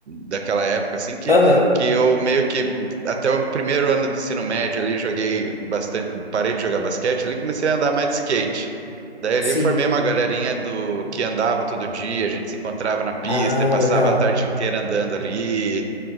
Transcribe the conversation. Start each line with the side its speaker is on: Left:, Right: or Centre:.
Right: daquela época, assim, que,
Left: Aham,
Right: que eu meio que até o primeiro ano do ensino médio ali joguei bastante parei de jogar basquete ali, comecei a andar mais de skate. Daí ali
Left: sim.
Right: formei uma galerinha do que andava todo dia, a gente se encontrava na pista
Left: Ah,
Right: e passava
Left: legal.
Right: a tarde inteira andando ali.